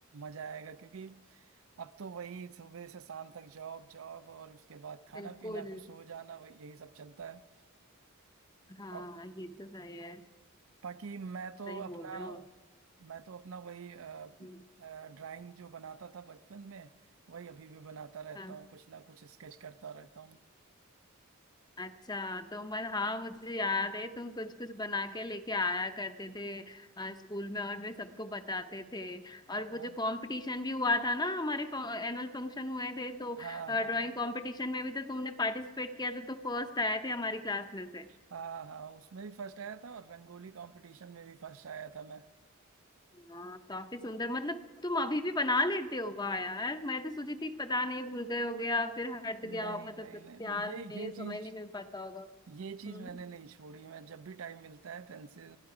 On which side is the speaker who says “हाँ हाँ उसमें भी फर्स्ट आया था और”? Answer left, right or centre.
Right